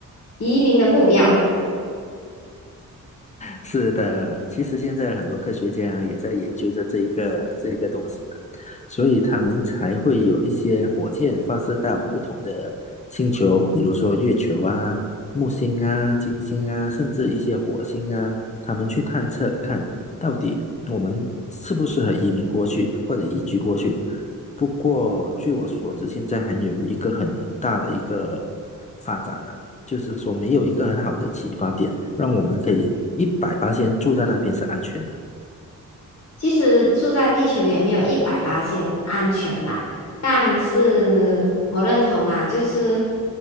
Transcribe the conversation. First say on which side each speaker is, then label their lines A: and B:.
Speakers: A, on the left (about 50°); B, on the left (about 20°).
A: 移民的目标？
B: 是的，其实现在很多科学家啊也在研究着这一个这一个东西嘛，所以他们才会有一些火箭发射到不同的星球，比如说月球啊、木星啊、金星啊，甚至一些火星啊，他们去探测看到底我们适不适合移民过去或者移居过去。不过据我所知，现在还没有一个很大的一个。发展呢。就是说没有一个很好的启发点，让我们可以一百八先住在那边是安全的。
A: 其实住在地球也没有一百八先安全啦，但是我认同啦，就是